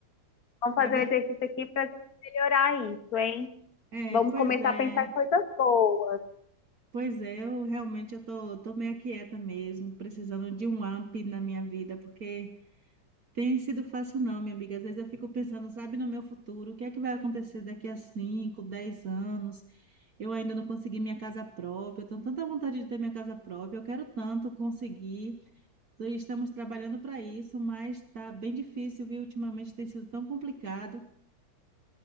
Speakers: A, on the left; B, on the right.
A: vamos fazer
B: é, ver-
A: um exercício aqui para melhorar isso, hein?
B: é,
A: Vamos
B: pois
A: começar
B: é.
A: a pensar em coisas boas.
B: Pois é, eu realmente eu tô, tô meio quieta mesmo, precisando de um up na minha vida, porque tem sido fácil não, minha amiga. Às vezes eu fico pensando, sabe, no meu futuro, o que é que vai acontecer daqui a 5 10 anos? Eu ainda não consegui minha casa própria, eu tenho tanta vontade de ter minha casa própria, eu quero tanto conseguir. E Estamos trabalhando para isso, mas tá bem difícil, viu? Ultimamente tem sido tão complicado.